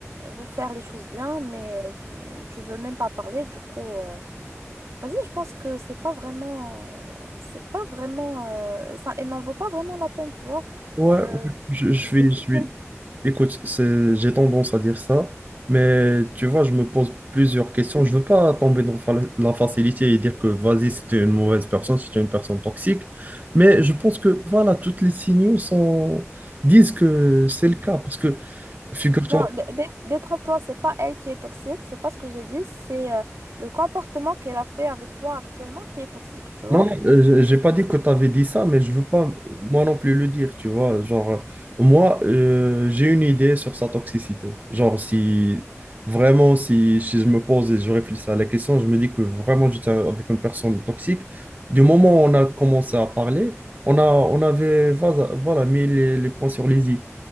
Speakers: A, on the right (about 75°); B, on the right (about 35°).
A: veut faire les choses bien, mais euh, tu veux même pas parler, du coup, euh, vas-y, je pense que c'est pas vraiment, c'est pas vraiment, euh, ça, elle n'en vaut pas vraiment la peine, tu vois.
B: Ouais,
A: Euh,
B: ouais, je, je
A: c'est-
B: suis, je
A: c'est-
B: suis. Écoute, c'est, j'ai tendance à dire ça, mais tu vois, je me pose plusieurs questions. Je veux pas tomber dans fa- la facilité et dire que vas-y, c'était une mauvaise personne, c'était une personne toxique, mais je pense que voilà, toutes les signaux sont... disent que c'est le cas, parce que figure-toi
A: non, dé- dé- détrompe-toi, c'est pas elle qui est toxique, c'est pas ce que j'ai dit, c'est euh, le comportement qu'elle a fait avec toi actuellement qui est toxique, tu vois.
B: Non, non, euh, je- j'ai pas dit que tu avais dit ça, mais je veux pas moi non plus le dire, tu vois. Genre, euh, moi, euh, j'ai une idée sur sa toxicité. Genre, si vraiment, si, si je me pose et je réfléchis à la question, je me dis que vraiment j'étais avec une personne toxique. Du moment où on a commencé à parler, on a, on avait, voilà, voilà, mis les, les points sur les i.